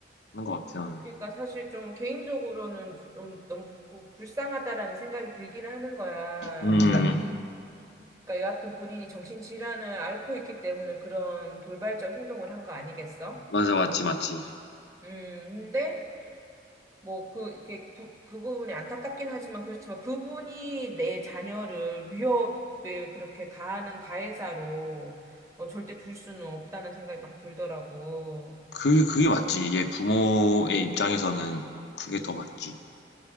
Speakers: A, on the left; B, on the right.
A: 하는 것 같아요.
B: 그러니까 사실 좀 개인적으로는 좀 너무 불쌍하다라는 생각이 들긴 하는 거야.
A: 음,
B: 이제 그러니까 여하튼 본인이 정신질환을 앓고 있기 때문에 그런 돌발적 행동을 한 거 아니겠어?
A: 맞아, 맞지, 맞지.
B: 음, 근데 뭐, 그, 이렇게, 부, 그 부분이 안타깝긴 하지만, 그렇지만, 그분이 내 자녀를 위협을 그렇게 가하는 가해자로 어, 절대 둘 수는 없다는 생각이 막 들더라고.
A: 그게, 그게 맞지. 이게 부모의 입장에서는 그게 더 맞지.